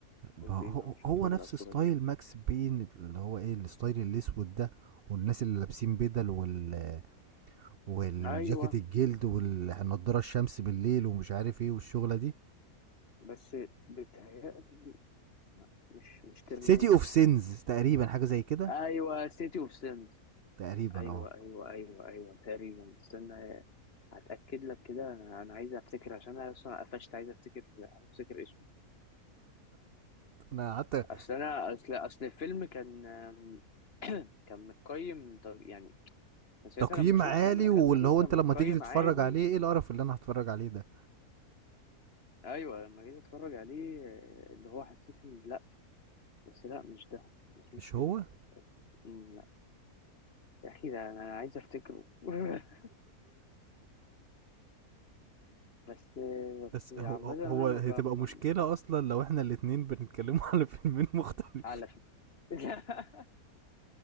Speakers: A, on the right; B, on the left.
A: ما
B: قلت ايه
A: هو
B: ده أنا مش
A: هو
B: هتفرج
A: نفس
B: على الصوره
A: ستايل
B: دي
A: ماكس بين اللي هو ايه الستايل الاسود ده والناس اللي لابسين بدل وال والجاكيت
B: ايوه
A: الجلد والنضاره الشمس بالليل ومش عارف ايه والشغله دي
B: بس بتهيألي لا مش مش ترمينيتور
A: سيتي اوف سينز تقريبا حاجه زي كده
B: ايوه سيتي اوف سينز
A: تقريبا
B: ايوه
A: اه
B: ايوه ايوه ايوه تقريبا استنى هتاكد لك كده انا انا عايز افتكر عشان انا اصلا قفشت عايز افتكر عايز افتكر اسمه
A: <laughs> انا قعدت
B: اصل انا اصل اصل الفيلم كان <clears throat> كان متقيم طب يعني كان ساعتها
A: تقييم
B: لما شفت
A: عالي
B: لما دخلت
A: واللي
B: اشوف
A: هو
B: كان
A: انت
B: متقيم
A: لما تيجي تتفرج
B: عالي
A: عليه ايه القرف اللي انا هتفرج عليه ده
B: ايوه لما جيت اتفرج عليه آه، اللي هو حسيت ان لا بس لا مش ده ما اسموش
A: مش
B: كده
A: هو
B: برضه طب أمم، لا يا اخي ده انا عايز افتكره <laughs> بس بس
A: بس
B: عامة
A: هو
B: انا
A: هو هتبقى
B: ما ب... ما...
A: مشكله اصلا لو احنا الاتنين بنتكلموا <laughs> على فيلمين مختلفين
B: على فكرة <laughs>